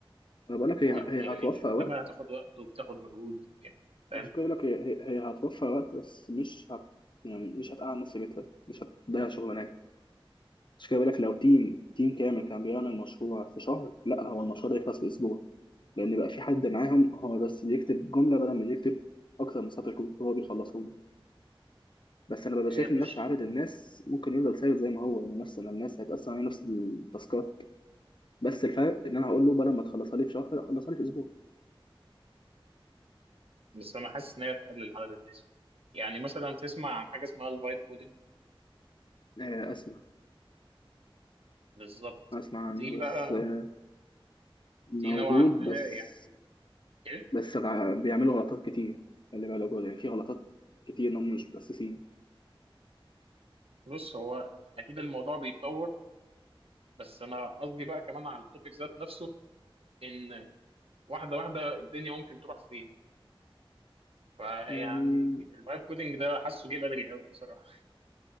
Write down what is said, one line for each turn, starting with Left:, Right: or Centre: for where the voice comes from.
Left: أنا بقول لك
Right: وال-
Left: هي هي
Right: يعني
Left: هتوفر
Right: الكتابة
Left: وقت
Right: هتاخد وقت وبتاخد مجهود يعني فاهم
Left: عشان كده بقول لك هي هي هي هتوفر وقت بس مش هت يعني مش هتقعد نفس بيتها مش هتضيع شغلانات عشان كده بقول لك لو تيم تيم كامل كان بيعمل مشروع في شهر لا هو المشروع ده يخلص في اسبوع لان بقى في حد معاهم هو بس بيكتب جمله بدل ما يكتب اكتر من سطر كود هو بيخلصه له بس انا ببقى
Right: هي
Left: شايف
Right: مش
Left: ان نفس عدد الناس ممكن يفضل ثابت زي ما هو ان نفس إن الناس هيتقسم على نفس التاسكات بس الفرق ان انا هقول له بدل ما تخلصها لي في شهر خلصها لي في اسبوع
Right: بس انا حاسس ان هي تقلل عدد الناس يعني مثلا تسمع عن حاجة اسمها الفايب كودing
Left: آه، اسمع
Right: بالظبط
Left: اسمع
Right: دي
Left: عنه
Right: بقى
Left: بس آه، موجود
Right: دي نوعا ما
Left: بس
Right: يعني إيه؟
Left: بس غ- بيعملوا غلطات كتير خلي بالك برضه، يعني في غلطات كتير ان هم مش متأسسين
Right: بص هو اكيد الموضوع بيتطور بس انا قصدي بقى كمان على التوبيك ذات نفسه ان واحده واحده الدنيا ممكن تروح فين فيعني
Left: يعني
Right: الفايب كودنج ده حاسه جه بدري قوي بصراحه